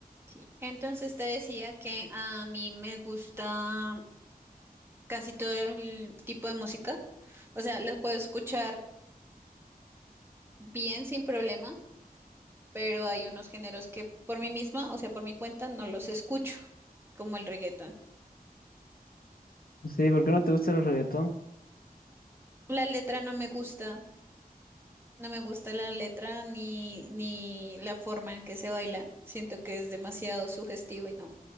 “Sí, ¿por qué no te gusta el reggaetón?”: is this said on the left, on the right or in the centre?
Left